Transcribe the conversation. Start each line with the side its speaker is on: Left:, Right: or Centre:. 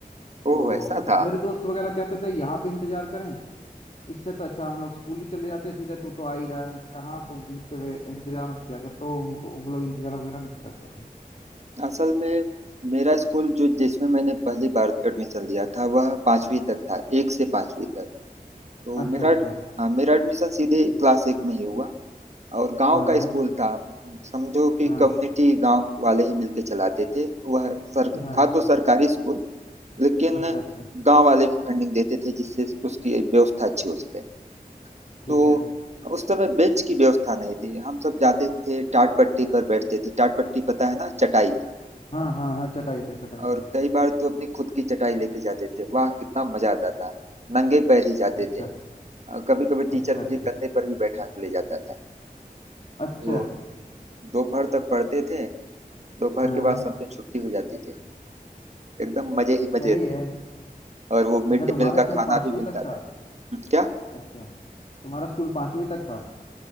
Right: ओ
Left: तो
Right: ऐसा था
Left: मेरे दोस्त वगैरह कहते थे यहाँ पे इंतजार करें इससे तो अच्छा हम लोग स्कूल ही चले जाते सीधे तू तो आ ही रहा है मैंने कहा हाँ तो मतलब ये इंतजार मत किया कर तो उनको वो लोग इंतजार वगैरह नहीं करते थे
Right: असल में मेरा स्कूल जो जिसमें मैंने पहली बार एडमिशन लिया था वह पांचवी तक था एक से पांचवी तक तो
Left: अच्छा
Right: मेरा
Left: अच्छा
Right: हाँ, मेरा एडमिशन सीधे क्लास एक में ही हुआ और गांव
Left: हाँ
Right: का
Left: हाँ
Right: स्कूल था समझो कि
Left: हाँ
Right: कम्युनिटी गांव वाले ही मिलके चलाते थे वह सर
Left: हाँ
Right: था
Left: हाँ
Right: तो सरकारी स्कूल लेकिन
Left: अच्छा अच्छा
Right: गांव वाले भी फंडिंग देते थे जिससे उसकी व्यवस्था अच्छी हो सके
Left: ठीक
Right: तो
Left: है
Right: उस समय बेंच की व्यवस्था नहीं थी हम सब जाते थे टाट पट्टी पर बैठते थे टाट पट्टी पता है ना चटाई
Left: हाँ हाँ हाँ चटाई पे चटाई
Right: और
Left: पे
Right: कई बार तो अपनी खुद की चटाई लेके जाते थे वाह कितना मजा आता था नंगे पैर ही जाते
Left: अच्छा
Right: थे कभी कभी
Left: अच्छा
Right: टीचर
Left: अच्छा
Right: मुझे कंधे पर भी बैठा के ले जाता था
Left: अच्छा
Right: तो दोपहर तक पढ़ते थे दोपहर
Left: हाँ
Right: के
Left: हाँ,
Right: बाद समझो छुट्टी हो जाती थी एकदम मजे ही मजे
Left: सही
Right: थे
Left: है
Right: और वो मिड
Left: अच्छा
Right: डे
Left: तुम्हारा
Right: मील का
Left: स्कूल
Right: खाना
Left: पांचवी
Right: भी मिलता
Left: तक
Right: था
Left: था
Right: हम्म, क्या
Left: अच्छा तुम्हारा स्कूल पांचवी तक था